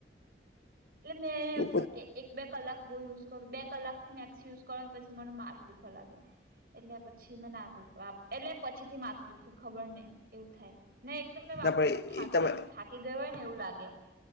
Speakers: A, on the right; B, on the left.
A: એટલે મેં એવું
B: તો
A: થાય કે એક બે કલાક બો યુઝ કરુ બે કલાક થી મેક્સ યુઝ કરુ ને પછી મને માથુ દુઃખવા લાગે એટલે પછી મેં ના <unintelligible> એટલે પછી થી માથુ દુઃખે ખબર નઈ એવું થાય ને એકદમ મેં વાપરુને
B: ના
A: પણ થા
B: એ તમે
A: એમ થાકી ગઈ હોય ને એવું લાગે